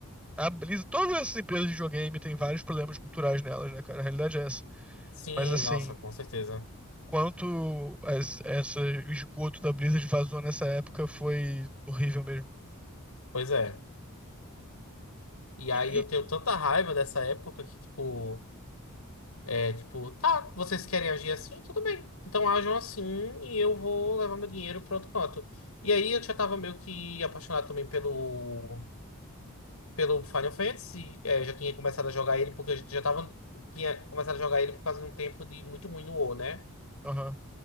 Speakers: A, in the centre; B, on the left.
A: a Blizzard, todas essas empresas de videogame têm vários problemas culturais nelas, né, cara? A realidade é essa.
B: <laughs> Sim,
A: Mas assim,
B: nossa, com certeza.
A: quanto as, essa, o esgoto da Blizzard vazou nessa época foi horrível mesmo.
B: Pois é. E aí
A: E,
B: eu
A: e-
B: tenho tanta raiva dessa época que, tipo, é tipo, tá, vocês querem agir assim? Tudo bem. Então ajam assim e eu vou levar meu dinheiro para outro canto. E aí eu já tava meio que apaixonado também pelo, pelo Final Fantasy. É, já tinha começado a jogar ele porque a gente já tava, tinha começado a jogar ele por causa de um tempo de muito ruim no WoW, né?
A: aham.